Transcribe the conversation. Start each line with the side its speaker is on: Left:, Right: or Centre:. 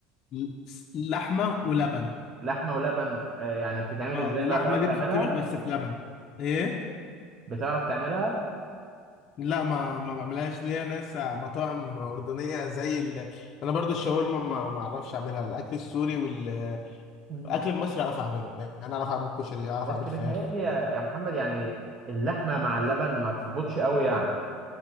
Left: ل- لحمه ولبن
Right: لحمة ولبن آه، يعني بتتعمل
Left: اه
Right: ازاي
Left: اللحمه
Right: بقى تعرف
Left: دي
Right: تعملها؟
Left: بتتطبخ بس في لبن ايه
Right: بتعرف تعملها؟
Left: لا ما ما بعملهاش ليا ناس مطاعم أردنية زي ال... أنا برضو الشاورما ما ما أعرفش أعملها الأكل السوري والأكل
Right: امم
Left: المصري أعرف أعمله يعني أنا أعرف أعمل كشري أعرف
Right: بس
Left: أعمل
Right: بيتهيألي
Left: فراخ
Right: يا يا محمد يعني اللحمة مع اللبن ما تظبطش أوي يعني